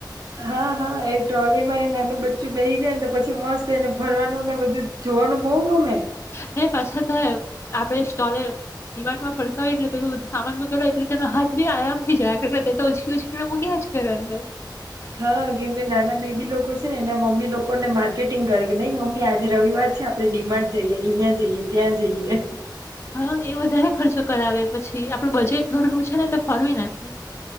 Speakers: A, on the right (about 55°); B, on the left (about 35°).
A: હા હા એ ટ્રોલી માં એ નાનું બચ્ચું બેહી જાય ને તો પછી મસ્ત એને ભરવાનું ને બધું જોવાનું બહઉ ગમે.
B: ન પાછા તો આપડે સ્ટોલે ડિમાન્ડમાં ફરકય એટલે પેલું બું સામાન મકેય એટલે તેનો હાથ બી આરામ થથી જાયટલે તે તો ઉચકી ઉચકીને મૂક્યા જ ઘરે અંદર.
A: હા કેમ કે નાના બેબી લોકો છે ને એના મમ્મી લોકોને માર્કેટિંગ કરે કે નઈ મમ્મી આજે રવિવાર છે આપડે ડિમાન્ડ જઈએ અહિયાં જઈએ ત્યાં જઈએ.
B: હા એ વધારે ખર્ચો કરાવે પછી આપણું બજેટ ભરનું છે ને તો ફરવી નાખે.